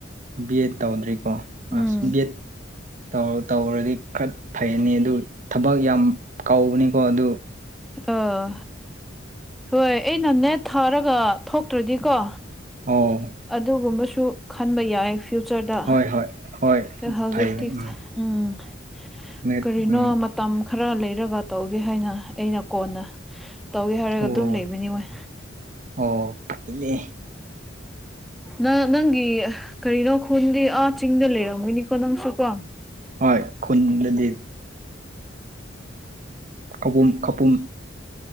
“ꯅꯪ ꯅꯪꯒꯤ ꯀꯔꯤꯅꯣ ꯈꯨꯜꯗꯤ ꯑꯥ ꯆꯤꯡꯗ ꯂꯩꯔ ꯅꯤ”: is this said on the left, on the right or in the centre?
Centre